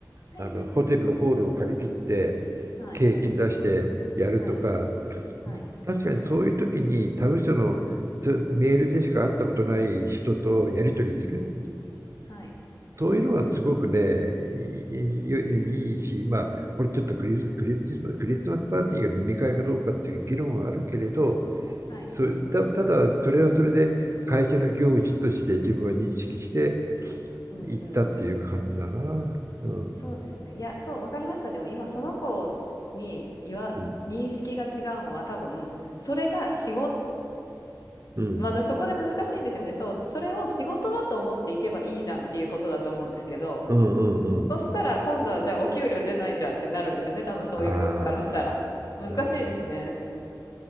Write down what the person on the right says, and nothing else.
あのホテルのホールを借り切って景品出してやるとか、
確かにそういう時に他部署のつメールでしか会ったことない人とやり取りする、
そういうのはすごくね、いい、いいいし、まあ、これちょっとクリス、クリスマス、クリスマスパーティーが飲み会かどうかっていう議論はあるけれど、
そだ、ただそれはそれで会社の行事として自分は認識して
いったっていう感じだな。うん、
うん、
うん、
うん、うん。うん
ああ、
なるほどね